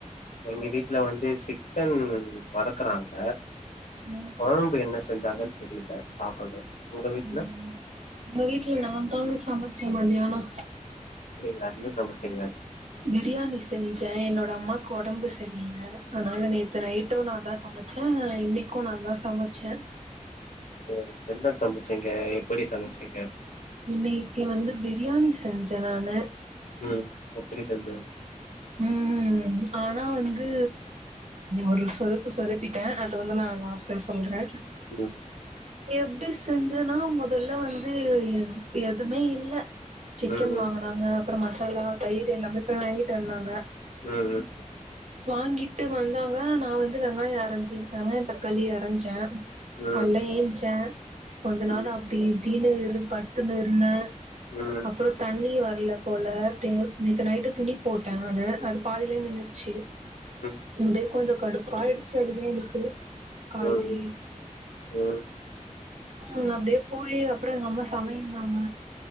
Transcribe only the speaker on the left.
ரெமிடி வீட்ல வந்து சிக்கன் வறுக்குறாங்க
கொழம்பு என்ன செஞ்சாங்கன்னு தெரில பாக்கணும் உங்க வீட்ல
அப்டிங்களா என்ன சமச்சிங்க
ஓ என்ன சமைச்சிங்க எப்டி சமைச்சிங்க
ம் எப்பிடி செஞ்ச
உம்
ம்
ம் ம்
ம்
ம்
ம் ம்
ம்
உம் உம்